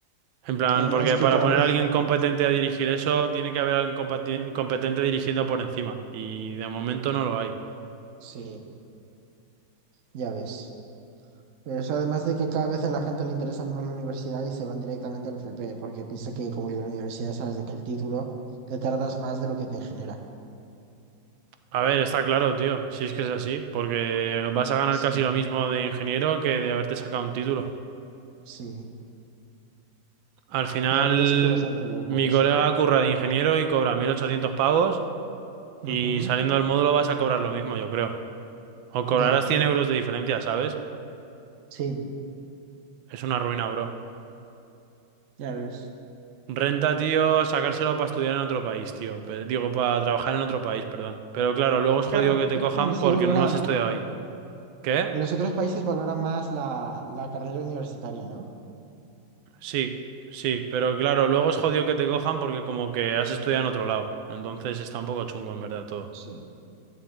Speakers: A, on the right; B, on the right.
A: En plan,
B: Además
A: porque
B: que
A: para
B: cada
A: poner
B: vez,
A: a alguien competente a dirigir eso, tiene que haber alguien compati- competente dirigiendo por encima. Y de momento no lo hay.
B: sí, ya ves. Pero eso además de que cada vez a la gente le interesa menos la universidad y se van directamente al FP, porque piensa que como que la universidad sabes de que el título te tardas más de lo que te genera.
A: A ver, está claro, tío, si es que es así, porque vas a ganar
B: Sí,
A: casi lo mismo de ingeniero que de haberte sacado un título.
B: sí.
A: Al final,
B: La verdad es que bastante loco
A: mi
B: eso.
A: colega curra de ingeniero y cobra 1.800 pavos
B: Ujú.
A: y saliendo del módulo vas a cobrar lo mismo, yo creo. O cobrarás
B: Ya,
A: 100 euros de diferencia, ¿sabes?
B: sí,
A: Es una ruina, bro.
B: ya ves.
A: Renta, tío, sacárselo para estudiar en otro país, tío. Pe- Digo, para trabajar en otro país, perdón. Pero claro, luego es jodido
B: Claro, porque
A: que te cojan
B: es como que sí
A: porque
B: valoran,
A: no has estudiado ahí. ¿Qué?
B: en los otros países valoran más la, la carrera universitaria, ¿no?
A: Sí, sí, pero claro, luego es jodido que te cojan porque como que has estudiado en otro lado. Entonces está un poco chungo, en verdad, todo.
B: Sí.